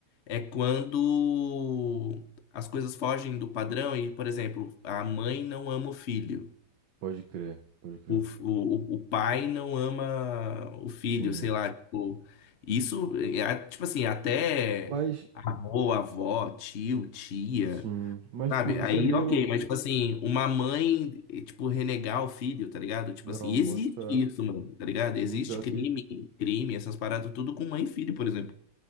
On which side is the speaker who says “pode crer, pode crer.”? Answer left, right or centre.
Right